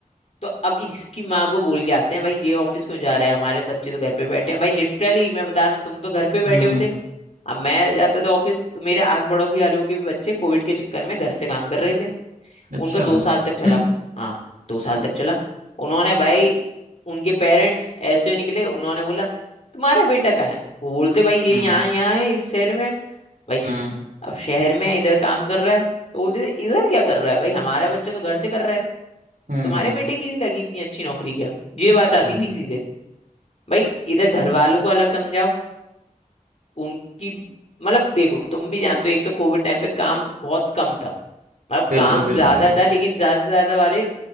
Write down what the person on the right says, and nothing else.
हम्म
अच्छा
हम्म
हम्म
हम्म
हम्म
हम्म
बिल्कुल
बिल्कुल
बिल्कुल